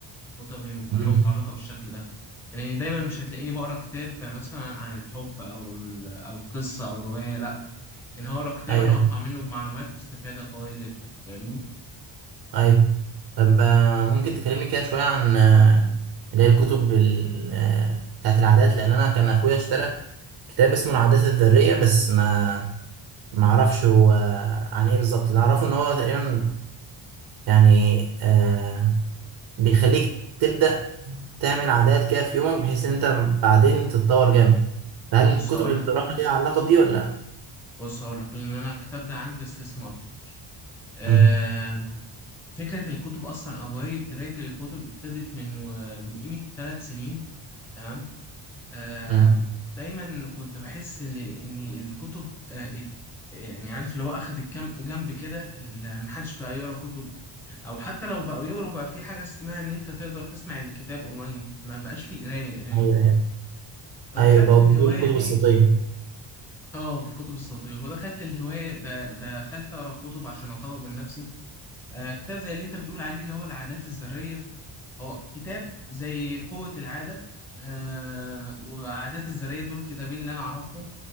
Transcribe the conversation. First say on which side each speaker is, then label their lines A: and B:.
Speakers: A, in the centre; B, on the right.
A: كتبي م- كلها
B: مم.
A: متعلقة بالشكل ده يعني دايما مش هتلاقيني بقرا كتاب مثلا عن الحب او ال- او قصه او روايه لا ان هقرا كتاب
B: ايوه
A: انا هطلع منه بمعلومات واستفاده قويه جدا فاهمني
B: ايوه طب آه، ممكن تكلمني كده شويه عن آه، اللي هي الكتب ال- آه، بتاعت العادات لان انا كان اخويا اشترى كتاب اسمه العادات الذريه بس ما ما اعرفش هو عن ايه بالظبط اللي اعرفه ان هو تقريبا يعني آه، بيخليك تبدا تعمل عادات كده في يومك بحيث ان انت بعدين تتطور جامد فهل
A: بص
B: الكتب
A: هقول
B: اللي بتقراها
A: لك
B: ليها علاقه بدي ولا لا؟
A: بص هقول لك لان انا الكتاب ده عندي بس لسه ما قريتوش آم،
B: مم.
A: فكره الكتب اصلا او هوايه قرايه الكتب ابتدت من و- من قيمه ثلاث سنين تمام آم،
B: مم.
A: دايما كنت بحس ان ان الكتب آه، يعني عارف اللي هو اخد الكم جنب كده ال- محدش بقى يقرا كتب او حتى لو بقوا يقروا بقى في حاجه اسمها ان انت تقدر تسمع الكتاب اونلاين ما بقاش فيه قرايه قرايه
B: ايوه ايوه
A: فدخلت
B: ايوه بقوا
A: في
B: بيقولوا
A: الهوايه
B: الكتب
A: دي
B: الصوتيه
A: اه الكتب الصوتيه ودخلت الهوايه ده دخلت اقرا كتب عشان اطور من نفسي آه كتاب زي اللي انت بتقول عليه اللي هو العادات الذريه اه كتاب زي قوه العاده آه وعادات الذريه دول كتابين اللي انا اعرفهم